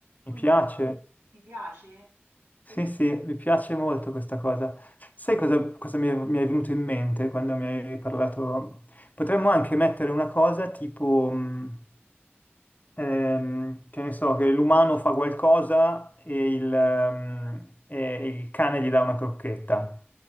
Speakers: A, on the right; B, on the left.
A: Quindi
B: Mi piace.
A: pi ti piace? Che
B: Sì,
A: di
B: sì, mi piace molto questa cosa. Sai cosa, cosa mi è, mi è venuto in mente quando mi hai parlato? Potremmo anche mettere una cosa tipo, mh, ehm, che ne so, che l'umano fa qualcosa e il, ehm, e il cane gli dà una crocchetta